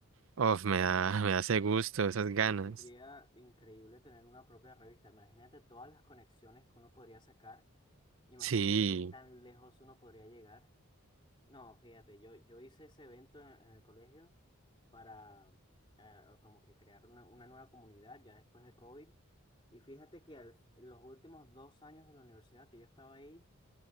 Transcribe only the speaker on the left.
Mira,
Vendría increíble tener una propia revista. Imagínate todas las conexiones que uno podría sacar. Imagínate
qué tan lejos uno podría llegar. No, fíjate, yo, yo hice ese evento en, en el colegio para eh, como que crear una, una nueva comunidad ya después de COVID. Y fíjate que al- los últimos dos años de la universidad que yo estaba ahí,